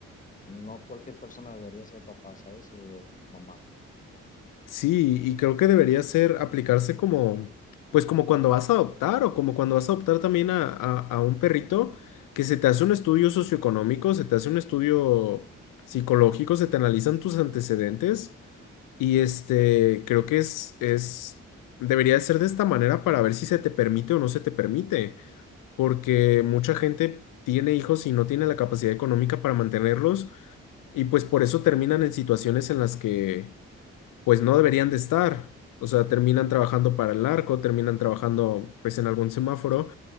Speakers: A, on the left; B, on the left.
A: no cualquier persona debería ser papá, ¿sabes? O mamá.
B: Sí, y creo que debería ser aplicarse como, pues como cuando vas a adoptar o como cuando vas a adoptar también a, a- a un perrito, que se te hace un estudio socioeconómico, se te hace un estudio psicológico, se te analizan tus antecedentes y este, creo que es, es, debería de ser de esta manera para ver si se te permite o no se te permite, porque mucha gente tiene hijos y no tiene la capacidad económica para mantenerlos y pues por eso terminan en situaciones en las que pues no deberían de estar. O sea, terminan trabajando para el narco, terminan trabajando pues en algún semáforo